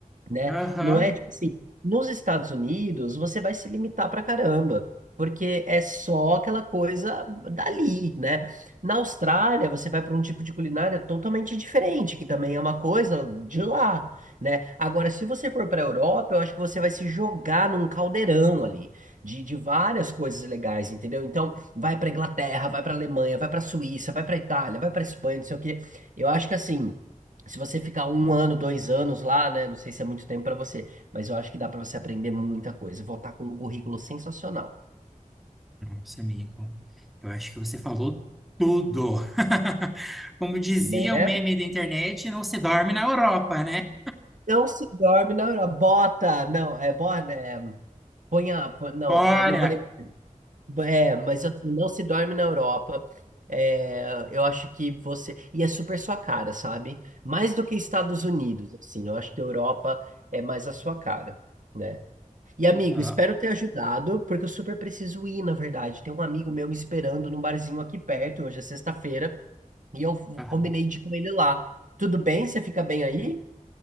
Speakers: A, on the right (about 70°); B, in the centre.
A: né?
B: Aham.
A: Não é tipo assim, nos Estados Unidos você vai se limitar pra caramba, porque é só aquela coisa dali, né? Na Austrália você vai para um tipo de culinária totalmente diferente, que também é uma coisa de lá, né? Agora, se você for para a Europa, eu acho que você vai se jogar num caldeirão ali de, de várias coisas legais, entendeu? Então, vai para Inglaterra, vai para Alemanha, vai para Suíça, vai para Itália, vai para Espanha, não sei o quê. Eu acho que assim. Se você ficar um ano, dois anos lá, né? Não sei se é muito tempo para você, mas eu acho que dá para você aprender muita coisa. Voltar com um currículo sensacional,
B: Nossa, amigo, eu acho que você falou tudo. <laughs> Como dizia
A: né?
B: o meme da internet, não se dorme na Europa, né?
A: Não se dorme na Europa. Bota, não, é bota, é, põe a, põe- não,
B: Bora!
A: ó, não vou lembrar. É, mas assim, não se dorme na Europa. É, eu acho que você. E é super sua cara, sabe? Mais do que Estados Unidos, assim. Eu acho que a Europa é mais a sua cara, né? E amigo,
B: aham.
A: espero ter ajudado, porque eu super preciso ir, na verdade. Tem um amigo meu me esperando num barzinho aqui perto, hoje é sexta-feira, e eu
B: aham.
A: combinei de ir com ele lá. Tudo bem? Você fica bem aí?